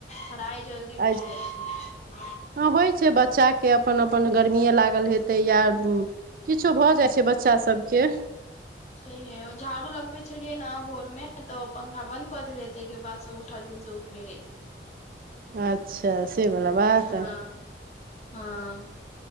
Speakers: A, on the left (about 40°); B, on the right (about 50°).
A: पर आइ जल्दी
B: आ
A: उठि गेलखिन।
B: हँ होइत छै बच्चाके अपन-अपन गर्मिए लागल हेतै या किछो भऽ जै छै बच्चा सबके
A: छैेहे, ओ झाड़ू लगबै छलियै न भोर में तऽ ओ पंखा बन्द क देन हेतै के बाद से उठलियै से उठ ने रै
B: अच्छा, से बला बात।
A: हँ हँ